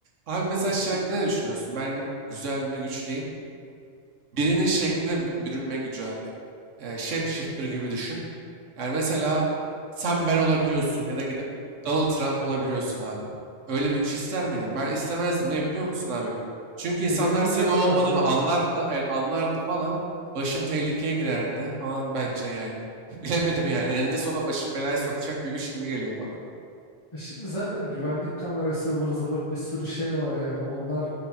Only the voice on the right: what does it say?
Abi mesela
şey hakkında ne düşünüyorsun? Bence güzel bir güç değil. Birinin şekline bü- bürünme gücü abi. Shape shapeshifter gibi düşün. Yani mesela sen ben olabiliyorsun ya da gidip Donald Trump olabiliyorsun abi. Öyle bir güç ister miydin? Ben istemezdim. Niye biliyor musun abi? Çünkü insanlar
senin o
olmadığını
anlardı,
evet anlardı falan. Başın tehlikeye girerdi falan bence yani. <laughs> Bilemedim yani. Eninde sonunda başın belaya sokacak bir güç gibi geliyor bana.